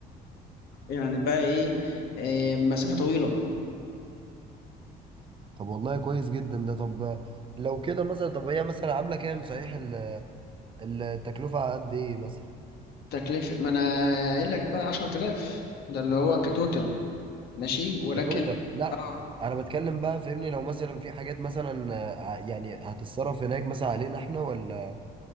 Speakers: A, on the left (about 70°); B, on the right (about 30°).
A: يعني بقى ايه, إيه مسافة طويلة
B: طب والله كويس جدا ده طب لو كده مثلا طب هي مثلا عاملة كام صحيح ال- التكلفة على قد ايه مثلا
A: تكلفة ما أنا قايل لك بقى عشرة آلاف ده اللي هو كتوتال ماشي ولكن
B: كتوتال لا
A: اه
B: انا بتكلم بقى فهمني لو مثلا في حاجات مثلا آه، ع- يعني هتتصرف هناك مثلا علينا احنا ولا